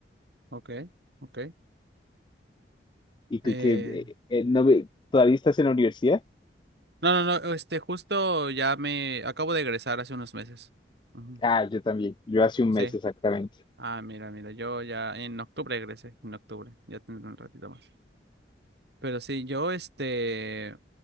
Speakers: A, on the right (about 65°); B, on the left (about 25°).
A: ok, ok.
B: ¿Y tú
A: Eh,
B: qué? eh, eh, no, ve- ¿todavía estás en la universidad?
A: no, no, no, este, justo ya me acabo de egresar hace unos meses. Ujú,
B: Ah, yo también, yo hace un
A: Sí.
B: mes exactamente.
A: Ah, mira, mira, yo ya en octubre egresé, en octubre, ya tendré un ratito más. Pero sí, yo este,